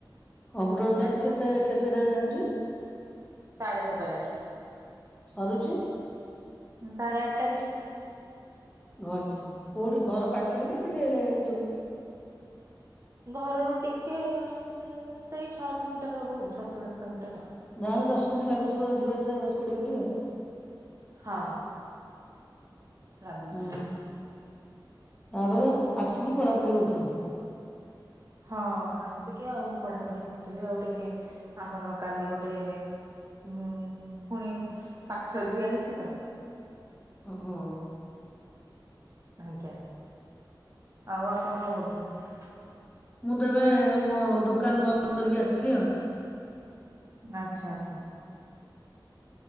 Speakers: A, on the left; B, on the right.
A: କମ୍ପ୍ୟୁଟର କ୍ଲାସ
B: ଆଚ୍ଛା
A: କେତେ କେତେଟାରେ ହଉଜି?
B: ସାଢ଼େ ସାତଟାରେ
A: ସରୁଛି
B: ସାଢ଼େ ଆଠଟାରେ
A: ଘଣ୍ଟ କୋଉଠି ଘର ପାଖରେ ନା ଟିକିଏ ହେଲେ ଦୂର
B: ଘର ଟିକେ ହୁଁ ସେଇ ଛଅଶ ମିଟର ହବ ହଉ ଛଅଶ ସାତଶ ମିଟର ହବ।
A: ଯା ହେଲେ ଦଶ ମିନିଟ ଲାଗୁଥିବ ଯିବାଆସିବା ଦଶ କୋଡିଏ ମିନିଟ ଆଉ।
B: ହଁ ଲାଗୁଛି।
A: ହଁ ତାପରେ ଆସିକି ପଢାପଢି କରୁଥିଲ?
B: ହଁ ଆସିକି ଆଉ ପଢାପଢି କରୁଥିଲି ଆଉ ଟିକେ ଆମର ଆଉ କାଲି ଗୋଟେ ହୁଁ ଫୁଣି ପାଠ ଦିଆ ହେଇଛି ତ
A: ଓହୋ।
B: ଆଜ୍ଞା, ଆଉ ଆପଣ କଣ କରୁଛନ୍ତି?
A: ମୁଁ ତ ଏବେ ମୋ ଦୋକାନ ବନ୍ଦ କରିକି ଆସିଲି ଆଉ।
B: ଆଛା, ଆଛା।